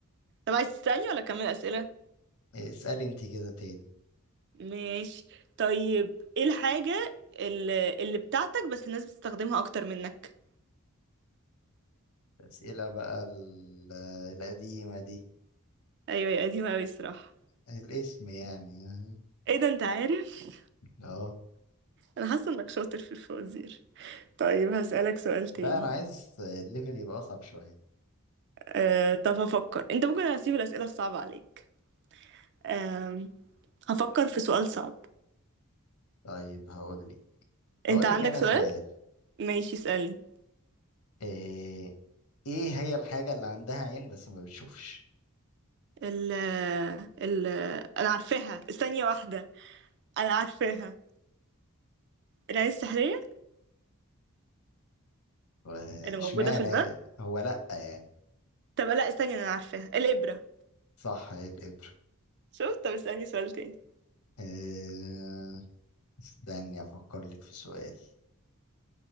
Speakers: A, on the right; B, on the left.
A: طب عايز تسألني ولا اكمل اسئلة
B: إيه، اسألي انت كده تاني
A: ماشي طيب ايه الحاجة اللي, اللي بتاعتك بس الناس بتستخدمها اكتر منك
B: الأسئلة بقى ال- القديمة دي
A: ايوه يا قديمة اوي الصراحة
B: الاسم يعني
A: ايه ده انت عارف
B: اه
A: انا حاسة انك شاطر في الفوازير طيب هسألك سؤال تاني
B: بقى انا عايز الليفل يبقى اصعب شويه
A: أه طب هفكر انت ممكن هسيب الأسئلة الصعبة عليك أه هفكر في سؤال صعب
B: طيب هقول لي
A: انت
B: هقول
A: عندك
B: لك انا
A: سؤال
B: سؤال
A: ماشي اسألني
B: ايه إيه هي الحاجه اللي عندها عين بس ما بتشوفش
A: ال ال انا عارفاها ثانية واحدة انا عارفاها العين السحرية
B: واشمعنى
A: اللي موجودة في الباب
B: هو لا يعني
A: طب لا استني انا عارفاها الإبرة
B: صح هي الابره
A: شوف طب اسألني سؤال تاني
B: إيه استني افكر لك في سؤال